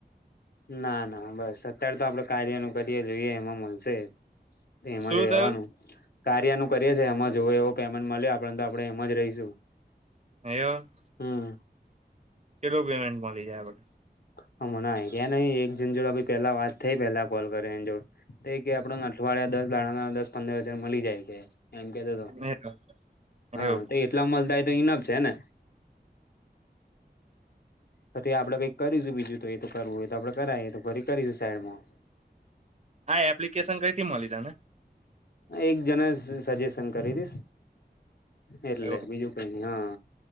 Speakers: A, on the left (about 65°); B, on the right (about 40°).
A: ના ના બસ અત્યારે તો આપડે કાર્યનું કરીએ જોઈએ એમાં મળશે એમ
B: શું
A: જ રેવાનું
B: થયું
A: કાર્યનું કરીએ છે એમાં જવ એવો પેમેન્ટ મળ્યો આપ તો આપડણે એમ જ રહીશું
B: એવું
A: હમ
B: કેેલો પેમેન્ટ મળી જાય
A: હ મને એ રહયા નહી એક જેન જોડે પેલા વાત થઈ પેલા કોલ કરે એ જોડ એ કે આપડ વાળ દસ દાણા ના દસ પંદર હજાર મળી જાય છે એમ કેતો તો
B: હમ
A: હા
B: એવું
A: ટલા મલદ તો ઈનમ છે ને પછી આપડે કઈક બીજું બીજું તો એ તો કરવું હોય તો આપડે કરાય તો ફરી કરીશું સાઈડમાં
B: હા એપ્લિકેશન કઈ થી મળી તા ને
A: એક જણ સજેશન કરી દીશ એટલે
B: એવું
A: બીજું કઈ હા